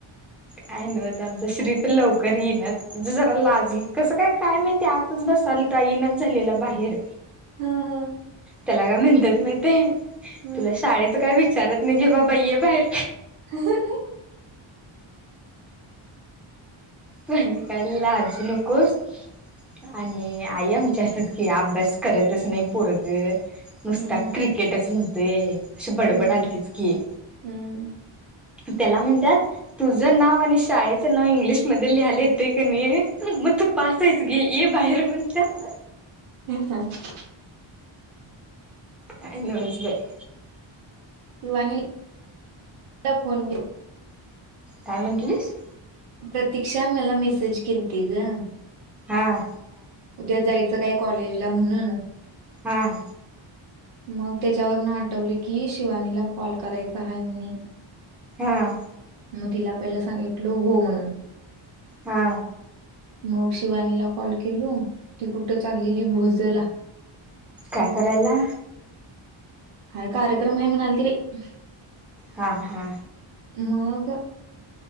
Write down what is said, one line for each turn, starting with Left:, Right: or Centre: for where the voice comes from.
Centre: काय नव्हच आमचा श्री पण लवकर येईना. जरा लाजल कसं काय काय माहिती आत, तितच बसालता येइनाच झालेला बाहेर.
Right: ह ह.
Centre: त्याला का म्हणत्यात माहिती,
Right: हं.
Centre: तुला शाळेच काय विचारत नाही घे, बाबा येे बाहेर.
Right: <unintelligible>
Centre: तु आणि काय लाजू नकोस. आणि आई आमची असंच की, अभ्यास करतच नाही पोरगं. नुसता
Right: हं,
Centre: क्रिकेटच म्हणतोय, अशी बडबडलातीच
Right: हं,
Centre: की.
Right: हं.
Centre: त्याला म्हणत्यात तुझं नाव आणि शाळेचं नाव इंग्लिशमध्ये लिहायलं येतय की नाही. मग तू पास हायस घे, ये बाहेर म्हणत्यात.
Right: ह.
Centre: काय नव्हच बाई.
Right: शिवानी फोन केला.
Centre: काय म्हटलीस.
Right: प्रतीकक्षा मला मेसेज केलं ती गं.
Centre: हां.
Right: उद्या जायचं काय कॉलेजला म्हणून.
Centre: हां.
Right: मग त्याच्यावरन आठवले की, शिवानीला कॉल करायचा आहे म्हणून.
Centre: हां‌.
Right: मग तिला पहिला सांगितलो हो म्हणून.
Centre: हा.
Right: मग शिवानीला कॉल केलो. ती कुठं चाललेली भोजला.
Centre: काय करायला?
Right: काय कार्यक्रम आहे म्हणालती बाई.
Centre: हा हा.
Right: मग